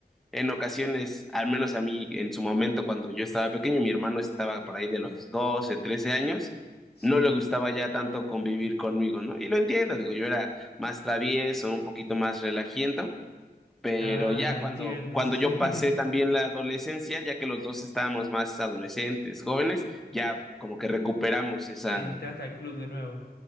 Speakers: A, in the centre; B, on the left.
A: En ocasiones, al menos a mí en su momento cuando yo estaba pequeño, mi hermano estaba por ahí de los 12, 13 años,
B: Sí.
A: no le gustaba ya tanto convivir conmigo, ¿no? Y lo entiendo, digo, yo era más travieso, un poquito más relajiento, pero
B: Ah,
A: ya cuando,
B: entiendo,
A: cuando
B: sí, sí.
A: yo pasé
B: <laughs>
A: también la adolescencia, ya que los dos estábamos más adolescentes, jóvenes, ya como que recuperamos esa...
B: Entraste al club de nuevo.